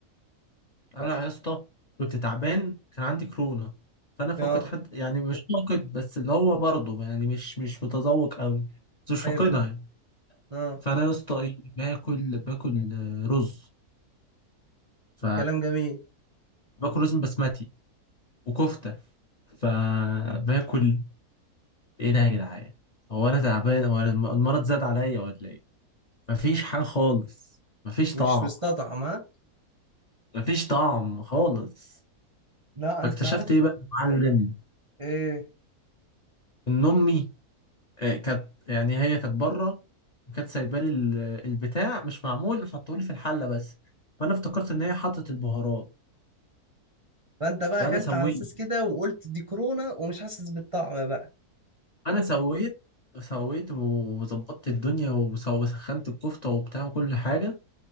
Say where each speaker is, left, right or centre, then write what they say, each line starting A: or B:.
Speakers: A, on the left (about 50°); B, on the right (about 35°).
A: انا يا اسطى كنت تعبان كان عندي كورونا فانا فاقد
B: اه
A: حد يعني مش فاقد بس اللي هو برضه يعني مش مش متذوق قوي بس مش
B: حلو
A: فاقدها يعني
B: اه
A: فانا يا اسطى ايه باكل باكل آه، رز ف
B: كلام جميل
A: باكل رز بسمتي وكفته فباكل ايه ده يا جدعان هو انا تعبان هو أنا الم- المرض زاد عليا ولا ايه مفيش حاجه خالص مفيش
B: مش
A: طعم
B: مستطعم ها
A: مفيش طعم خالص
B: لا
A: فاكتشفت
B: انت عارف
A: ايه بقى يا معلم
B: ايه
A: ان امي آه، كانت يعني هي كانت بره وكانت سايبه لي ال- البتاع مش معمول حطولي في الحله بس فانا افتكرت ان هي حطت البهارات
B: فانت بقى
A: فانا
B: اكلت
A: سويت
B: على اساس كده وقلت دي كورونا ومش حاسس بالطعم بقى
A: انا سويت سويت وظبطت الدنيا وسخنت الكفته وبتاع وكل حاجه